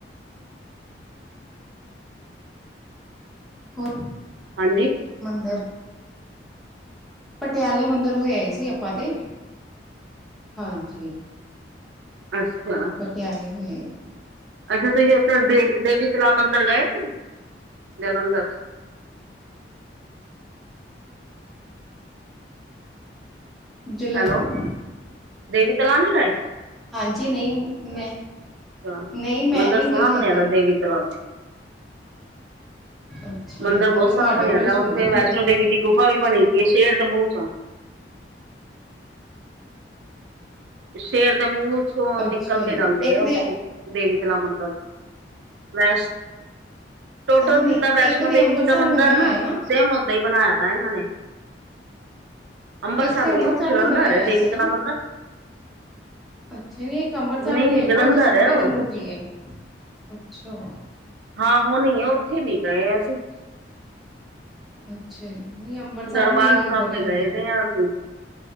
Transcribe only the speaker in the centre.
ਹੋਰ
ਮੰਦਰ ਪਟਿਆਲੇ ਮੰਦਿਰ ਹੋ ਆਏ ਸੀ ਆਪਾਂ ਤੇ। ਹਾਂਜੀ।
ਮੈ ਹੋ ਆਈ ਸੀ।
ਜਲੰਧਰ।
ਹਾਂਜੀ, ਨਹੀਂ ਮੈਂ
ਨਹੀਂ ਮੈਂ
ਨਹੀਂ
ਗਈ ਹੈਗੀ
ਅੱਛਾ ਜੀ
ਨਹੀਂ
ਮੈਂ
ਤੁਹਾਡੇ
ਕੋਲ
ਹੀ ਸੁਣਦੀ
ਪਈ
ਮੈਨੂੰ ਨੀ
ਪਤਾ
ਅੱਛਾ
ਜੀ
ਇੱਕ
ਤੇ
ਨਹੀਂ
ਇੱਕ ਤੇ
ਅੰਬਰਸਰ
ਬਣਿਆ
ਹੋਇਆ
ਇੱਕ
ਅੰਬਰਸਰ
ਵੀ ਬਣਿਆ ਹੋਇਆ
ਸੀ
ਨਾ
ਅੱਛਾ। ਨਹੀਂ ਇੱਕ ਅੰਬ੍ਰਿਤਸਰ
ਵੀ
ਹੈਗਾ,
ਉੱਥੇ ਸੋਨੇ
ਦੀ ਮੂਰਤੀ ਐ, ਅੱਛਾ।
ਅੱਛਾ ਜੀ, ਨਹੀਂ ਅੰਬਰਸਰ
ਵੀ
ਬਣੇ
ਹੋਏ
ਐ।